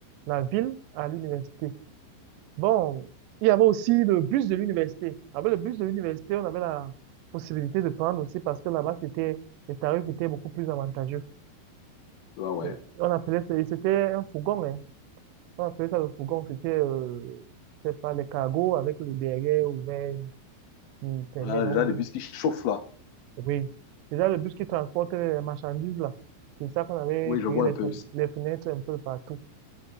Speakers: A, on the right (about 85°); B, on the left (about 80°).
A: la ville à l'université. Bon, il y avait aussi le bus de l'université. Avec le bus de l'université, on avait la possibilité de prendre aussi parce que là-bas, c'était, les tarifs étaient beaucoup plus avantageux.
B: ouais, ouais.
A: Euh, On appelait ça, et c'était un fourgon, hein. On appelait ça le fourgon. C'était, euh, c'est pas les cargos avec le derrière ouvert qui permet
B: Ah,
A: donc,
B: le genre de bus qui chauffe là.
A: oui, déjà le bus qui transporte les marchandises là, c'est ça qu'on avait
B: Oui, je
A: créé
B: vois
A: les,
B: un peu.
A: fe- les fenêtres un peu partout.